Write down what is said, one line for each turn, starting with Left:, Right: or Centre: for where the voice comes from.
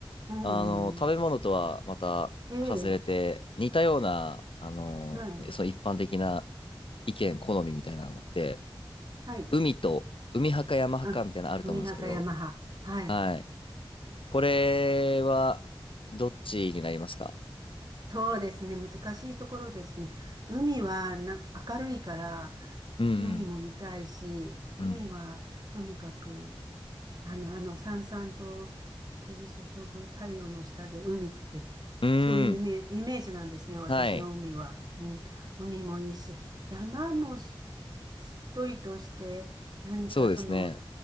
Right: うん。
Left: あの、食べ物とはまた外れて、
Right: うんええ。
Left: 似たような、あの、
Right: はい。
Left: その一般的な意見、好みみたいなのって、
Right: はい。
Left: 海と、海派か山派かみたいなのあると思うんですけど、
Right: あ、海派か山派。はい。
Left: はい。これは、どっちになりますか
Right: そうですね。難しいところですね。海はな、明るいから、
Left: うんうん。
Right: 海も見たいし、海はとにかく、
Left: うん。
Right: あの、あの、さんさんと照り注ぐ太陽の下で海って、
Left: うーん。
Right: そういうイメ、イメージなんですね。私の海は。
Left: はい。
Right: うん。海もいいし、山もし、しっとりとして、何かその、
Left: そうですね。